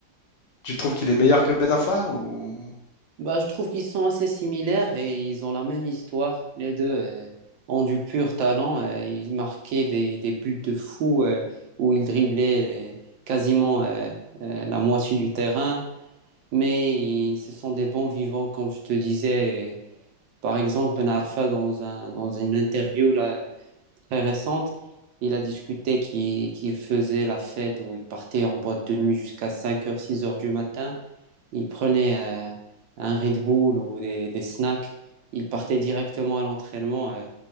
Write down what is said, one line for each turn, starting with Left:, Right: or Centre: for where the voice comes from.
Left: tu trouves qu'il est meilleur que Ben Arfa ou...
Right: Bah, je trouve qu'ils sont assez similaires et ils ont la même histoire. Les deux euh, ont du pur talent. euh, ils marquaient des, des buts de fou euh, où ils driblaient euh, quasiment euh, euh, la moitié du terrain. Mais ils- ce sont des bons vivants, comme je te disais. Et Par exemple, Ben Arfa, dans un, dans une interview là, très récente, il a discuté qu'il qu'il faisait la fête où il partait en boîte de nuit jusqu'à cinq heures six heures du matin ils prenaient euh, un Red Bull ou des, des snacks, ils partaient directement à l'entraînement. euh.